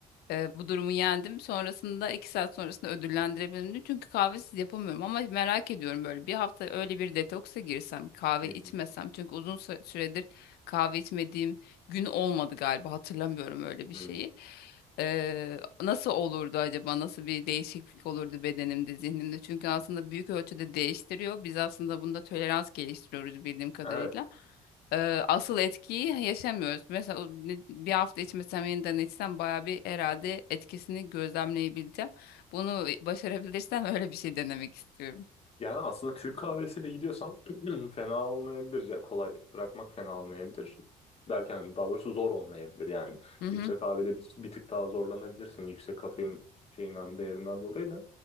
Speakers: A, on the left; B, on the left.
A: e, bu durumu yendim. Sonrasında iki saat sonrasında ödüllendirebilirim. diye. Çünkü kahvesiz yapamıyorum ama merak ediyorum böyle bir hafta öyle bir detoksa girsem kahve
B: hı
A: içmesem. Çünkü uzun sü- süredir kahve içmediğim gün olmadı galiba hatırlamıyorum öyle bir
B: hı.
A: şeyi.
B: hı.
A: Eee, nasıl olurdu acaba? Nasıl bir değişiklik olurdu bedenimde, zihnimde? Çünkü aslında büyük ölçüde değiştiriyor. Biz aslında bunda tolerans geliştiriyoruz bildiğim kadarıyla.
B: Evet.
A: Eee, asıl etkiyi yaşamıyoruz. Mesela o ne- bir hafta içmesem yeniden içsem bayağı bir herhalde etkisini gözlemleyebileceğim. Bunu başarabilirsem <laughs> öyle bir şey denemek istiyorum.
B: Yani aslında Türk kahvesiyle gidiyorsan <clears throat> fena olmayabilir. Ya kolay bırakmak fena olmayabilir. Derken daha doğrusu zor olmayabilir. Yani
A: Hı
B: filtre
A: hı.
B: kahvede bir, bir tık daha zorlanabilirsin. Yüksek kafein şeyinden değerinden dolayı da.